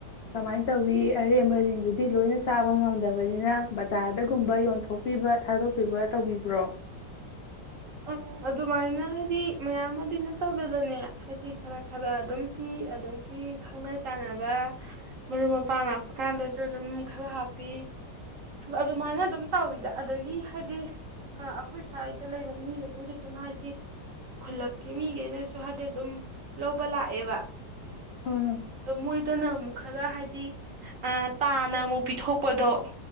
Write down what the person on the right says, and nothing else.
ꯑ ꯑꯗꯨꯃꯥꯏꯅ ꯍꯥꯏꯗꯤ ꯃꯌꯥꯝ ꯑꯃꯗꯤ ꯅꯠꯇꯧꯕꯗꯅꯦ ꯍꯥꯏꯗꯤ ꯈꯔ ꯈꯔ ꯑꯗꯨꯝ ꯄꯤ ꯑꯗꯒꯤ ꯈꯪꯅ ꯆꯥꯟꯅꯕ ꯃꯔꯨꯞ ꯃꯄꯥꯡ ꯂꯥꯛꯄ ꯀꯥꯟꯗꯁꯨ ꯑꯗꯨꯝ ꯈꯔ ꯍꯥꯞꯄꯤ ꯑꯗꯨꯃꯥꯏꯅ ꯑꯗꯨꯝ ꯇꯧꯋꯤꯗ ꯑꯗꯒꯤ ꯍꯥꯏꯗꯤ ꯑꯩꯈꯣꯏ ꯁ꯭ꯋꯥꯏꯗ ꯂꯩꯕ ꯃꯤꯈꯩꯅꯁꯨ ꯀꯩꯅꯣ ꯍꯥꯏꯗꯤ ꯈꯨꯜꯂꯛꯀꯤ ꯃꯤꯈꯩꯅꯁꯨ ꯍꯥꯏꯗꯤ ꯑꯗꯨꯝ ꯂꯧꯕ ꯂꯥꯛ ꯑꯦꯕꯥ
ꯃ ꯏꯗꯅ ꯈꯔ ꯍꯥꯏꯗꯤ ꯑ ꯇꯥꯅ ꯑꯃꯨꯛ ꯄꯤꯊꯣꯛꯄꯗꯣ